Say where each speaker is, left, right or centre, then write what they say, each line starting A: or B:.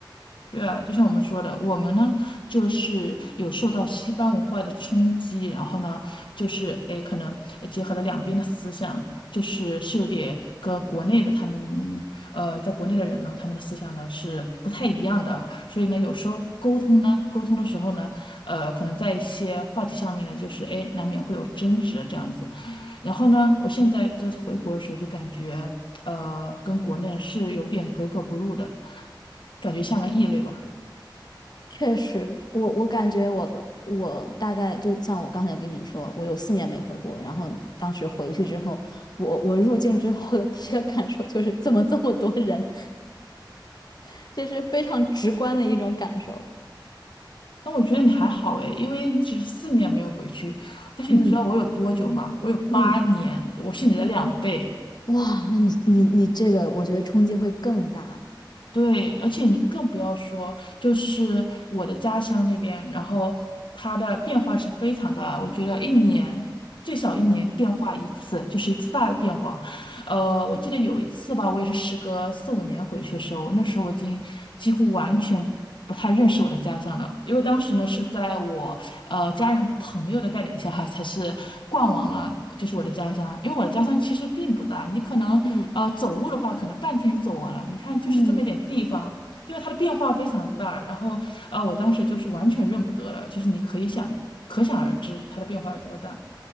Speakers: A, on the left; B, on the left.
A: 对啊，就像我们说的，我们呢就是有受到西方文化的冲击，然后呢就是诶，可能结合了两边的思想，就是是有点跟国内的他们呃，在国内的人呢，他们的思想呢是不太一样的，所以呢有时候沟通呢，沟通的时候呢，呃，可能在一些话题上面呢，就是诶，难免会有争执这样子。然后呢，我现在就是回国的时候就感觉呃，跟国内是有点格格不入的，感觉像个异类吧。
B: 确实，我我感觉我我大概就像我刚才跟你说，我有四年没回国，然后当时回去之后，我我入境之后的第一个感受就是怎么这么多人，<laughs> 这是非常直观的一种感受。
A: 那我觉得你还好诶，因为你只是四年没有回去，但是你知道我有多久吗？
B: 嗯
A: 我有八年，
B: 嗯。
A: 我是你的两倍。
B: 哇，那你你你这个，我觉得冲击会更大。
A: 对，而且你更不要说，就是我的家乡那边，然后它的变化是非常大的。我觉得一年最少一年变化一次，就是一次大的变化。呃，我记得有一次吧，我也是时隔四五年回去的时候，那时候我已经几乎完全不太认识我的家乡了，因为当时呢是在我呃家人朋友的带领下哈，才是逛完了就是我的家乡，因为我的家乡其实并不大，你可能呃走路的话可能半天就走完了，
B: 嗯
A: 你看就是这么一点地方，
B: 嗯
A: 因为它的变化非常的大，然后呃我当时就是完全认不得了，就是你可以想可想而知它的变化有多大。